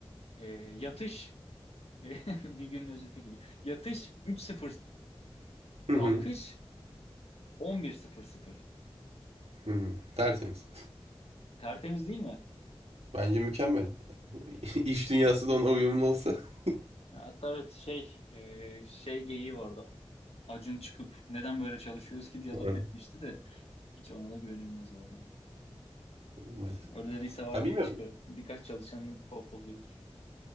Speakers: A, on the left (about 80°); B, on the right (about 85°).
A: E, yatış e, <laughs> bir günün özeti gibi. Yatış 3.00,
B: Hı
A: kalkış
B: hı.
A: 11.00.
B: Hı hı. Tertemiz.
A: Tertemiz değil mi?
B: Bence mükemmel. <laughs> İş dünyası da ona uyumlu olsa. <laughs>
A: Hatta evet şey e, şey geyiği vardı. Acun çıkıp neden böyle çalışıyoruz ki diye laf
B: Evet.
A: etmişti de hiç ona da güvenilmez o adama.
B: Maalesef.
A: Öyle dediyse vardır
B: Ya bilmiyorum.
A: bir çıkarı. Birkaç çalışanını pohpohluyordur.